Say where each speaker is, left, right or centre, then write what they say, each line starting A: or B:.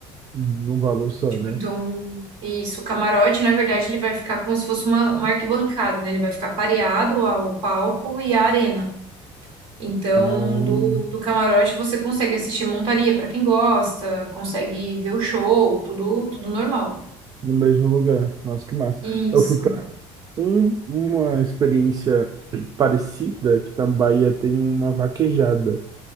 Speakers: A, on the right; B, on the right.
A: Uhum, Num valor só,
B: Tipo,
A: né?
B: então, isso, o camarote, na verdade, ele vai ficar como se fosse uma, uma arquibancada, né? Ele vai ficar pareado ao palco e à arena. Então,
A: Ah,
B: do, do camarote você consegue assistir montaria pra quem gosta, consegue ver o show, tudo, tudo normal.
A: no mesmo lugar. Nossa, que massa.
B: Isso.
A: Eu fui pra um, uma experiência parecida, que tá na Bahia tem uma vaquejada,